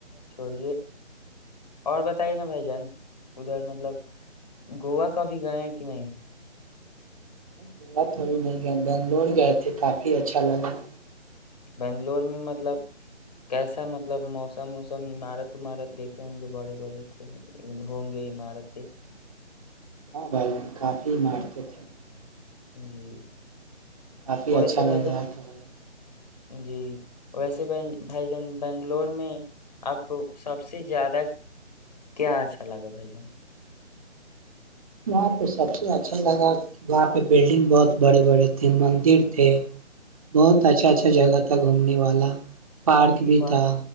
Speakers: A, on the left; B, on the right.
A: چھوڑیے اور بتائیے نا بھائی جان ادھر مطلب <inaudible> گووا کافھی گئے ہیں کہ نہیں <inaudible>
B: گیا تو اب نہیں گیا بنگلور گئے تھے کافی اچھا لگا <inaudible>
A: بنگلور میں مطلب کیسا مطلب موسم ووسم عمارت ومارت دیکھے ہوں گے بڑے بڑے تھے ہوں گے عمارتیں <inaudible>
B: ہاں بھائی جن کافی مارتے تھے <inaudible>
A: جی <inaudible>
B: کافی
A: ویسے
B: اچھا
A: بھائی
B: لگ
A: جان
B: رہا ہے تھاب <inaudible>
A: جی ویسے ب بھائی جان بنگلور میں آپ کو سب سے زیادہ کیا اچھا لگا بھائی جان
B: وہاں پہ سب سے اچھا لگا وہاں پہ بلڈنگ بہت بڑے بڑے تھے مندر تھے بہت اچھا اچھا جگہ تھا گھومنے والا پارک
A: جی
B: بھی
A: وہاں
B: تھا